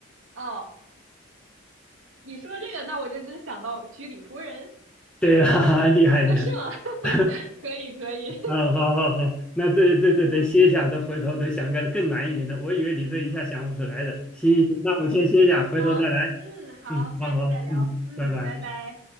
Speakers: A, on the right (about 75°); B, in the centre.
A: 哦，你说这个，那我就真想到居里夫人
B: 对啦，<laughs> 厉害厉害，
A: 啊，是吗？
B: <laughs>
A: <laughs> 可以可以，
B: 啊，好好好，那这这这得歇下，
A: <laughs> 好
B: 得回头得想个更难一点的，我以为你这一下想不出来的，
A: 好
B: 行行行，那我先歇下，回头再来，
A: 好，嗯，好，
B: 嗯，
A: 下次再聊，
B: 好好，嗯，
A: 嗯，
B: 拜拜。
A: 拜拜。